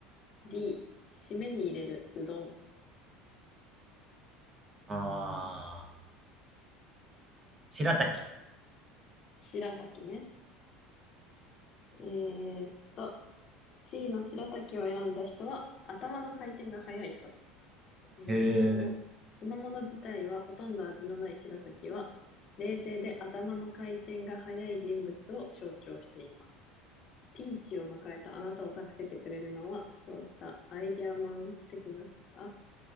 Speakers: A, on the left; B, on the right.
A: D、締めに入れるうどん。
B: あー、白滝。
A: 白滝ね。えーっと、C の白滝を選んだ人は頭の回転が速い人。えーその、
B: へえ。
A: そのもの自体はほとんど味のない白滝は、冷静で頭の回転が速い人物を象徴しています。ピンチを迎えたあなたを助けてくれるのは、そうしたアイディアマン的な、あ、